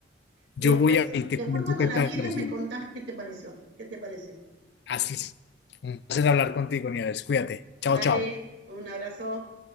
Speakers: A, on the left; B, on the right.
A: yo
B: Y después,
A: voy a y te
B: después
A: cuento
B: cuando
A: qué
B: la
A: tal
B: mires
A: me pareció.
B: me contás qué te pareció, qué te parece.
A: Así es. Un placer hablar contigo, Nieves. Cuídate. Chao,
B: Dale,
A: chao.
B: un abrazo.